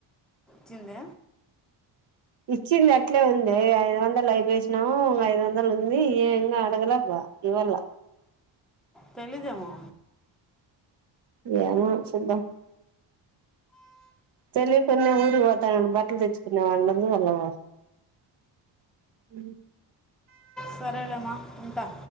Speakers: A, in the centre; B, on the right (about 60°).
A: చిందే
B: ఇచ్చింది అట్లే ఉంది ఐదు వందలు అయిపోసినాము ఇంగ ఐదు వందలు ఉంది ఏ ఇంగ అడగల బ్బా ఇవ్వళ్ళ
A: తెలిదేమో
B: ఏమో చూద్దాం తెలికున్న ఊరి పోత బట్టలు తెచ్చుకున్నవు అనరు వాళ్లు ఉ
A: సరేలేమా ఉంటా